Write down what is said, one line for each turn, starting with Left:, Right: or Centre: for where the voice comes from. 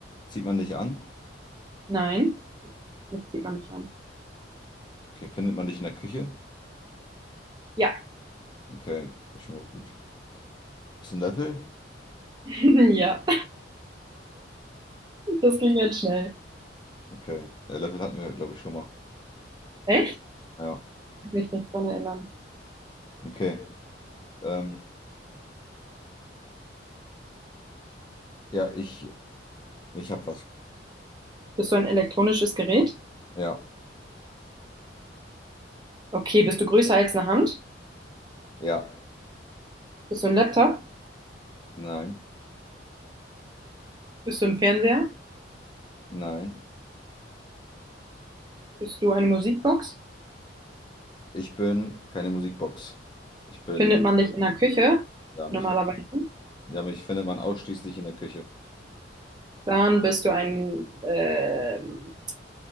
Left: Zieht man dich an?
Right: Nein, mich zieht man nicht an.
Left: Okay. Findet man dich in der Küche?
Right: Ja,
Left: Okay, das ist schon mal gut. Bisschen Löffel?
Right: <laughs> ja. Das ging jetzt schnell.
Left: Okay. Äh, Löffel hatten wir, glaube ich, schon mal.
Right: Echt?
Left: Ja.
Right: Ich kann mich nicht dran erinnern.
Left: Okay. Ähm, ja, ich, ich hab was.
Right: Bist du ein elektronisches Gerät?
Left: Ja.
Right: Okay, bist du größer als eine Hand?
Left: Ja.
Right: Bist du ein Laptop?
Left: Nein.
Right: Bist du ein Fernseher?
Left: Nein.
Right: Bist du eine Musikbox?
Left: Ich bin keine Musikbox. Ich bin,
Right: Findet man dich in der Küche
Left: ja, mich,
Right: normalerweise?
Left: fin- ja, mich findet man ausschließlich in der Küche.
Right: Dann bist du ein, ähm,